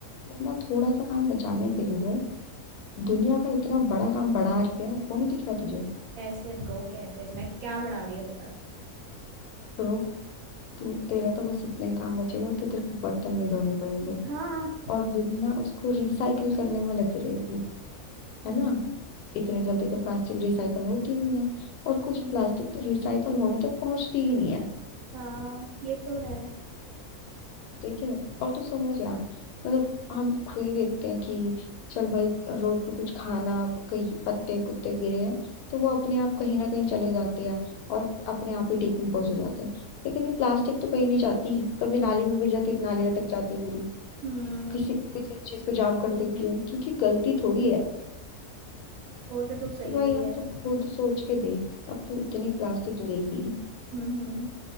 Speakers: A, on the left; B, on the right.
A: अपना थोड़ा सा काम बचाने के लिए दुनिया का इतना बड़ा काम बढ़ा रही है वो नहीं दिख रहा तुझे
B: कैसे ब्रो कैसे मैं क्या बढ़ा रही है बता तू
A: तो तू तेरा तो बस इतना ही काम बचेगा कि तेरे को बर्तन नहीं धोने पड़ेंगे
B: हाँ
A: और दुनिया उसको रिसाइकल करने में लगी रहेगी है ना इतने जल्दी तो प्लास्टिक रिसाइकल होती नहीं है और कुछ
B: हम्म,
A: प्लास्टिक तो रिसाइकल होने तक पहुंचती ही नहीं है
B: हाँ ये तो है
A: ठीक है और तू समझ यार मतलब हम खुद ही देखते हैं कि चल भाई रोड पे कुछ खाना कहीं पत्ते पुत्ते गिरे हैं तो वो अपने
B: हम्म
A: आप कहीं ना कहीं चले जाते हैं और अपने आप ही डिकम्पोज हो जाते हैं लेकिन ये प्लास्टिक तो कहीं नहीं जाती कभी नाली में गिर जाती है तो नाली अटक जाती है पूरी
B: हम्म,
A: किसी किसी चीज को जाम कर देती है क्योंकि गलती थोड़ी है
B: वो तो तू सही
A: तो भाई
B: रही
A: अब
B: है
A: तो खुद सोच के देख अब तो इतनी प्लास्टिक लेगी
B: हम्म हम्म